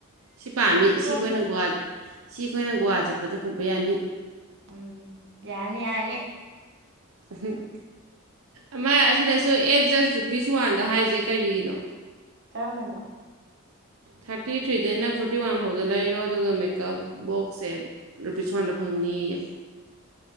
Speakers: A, on the right; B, on the right.
A: ꯁꯤ ꯄꯥꯝꯃꯤ
B: ꯀꯤꯠꯁꯨ
A: ꯁꯤ
B: ꯌꯣꯟꯕꯅꯦ
A: ꯑꯩꯈꯣꯏꯅ ꯒꯣꯋꯥ ꯁꯤ ꯑꯩꯈꯣꯏꯅ ꯒꯣꯋꯥ ꯆꯠꯄꯗ ꯄꯨꯕ ꯌꯥꯅꯤ
B: ꯎꯝ ꯌꯥꯅꯤ ꯌꯥꯅꯤ
A: ꯍꯝ ꯑꯃ ꯑꯁꯤꯗꯁꯨ ꯑꯦꯠ ꯖꯁ ꯔꯨꯄꯤꯁ ꯋꯥꯟꯗ ꯍꯥꯏꯁꯦ ꯀꯔꯤꯒꯤꯅꯣ
B: ꯀꯔꯝꯕꯅꯣ
A: ꯊꯥꯔꯇꯤ ꯊ꯭ꯔꯤꯗꯩꯅ ꯐꯣꯔꯇꯤ ꯋꯥꯟ ꯐꯥꯎꯗ ꯂꯩꯔꯣ ꯑꯗꯨꯒ ꯃꯦꯀꯥꯞ ꯕꯣꯛꯁꯁꯦ ꯔꯨꯄꯤꯁ ꯋꯥꯟꯗ ꯐꯪꯅꯤꯌꯦ